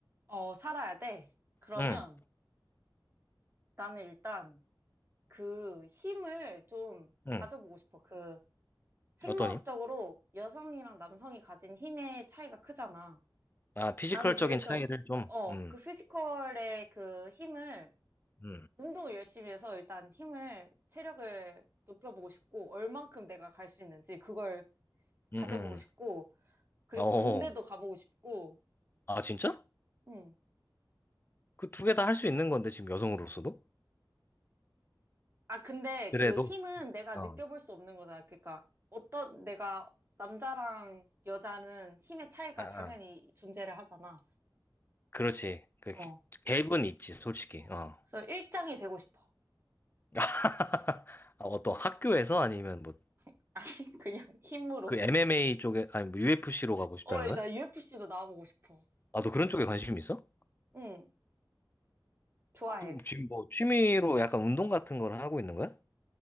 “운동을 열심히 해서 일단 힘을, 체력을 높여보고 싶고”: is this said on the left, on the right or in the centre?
Right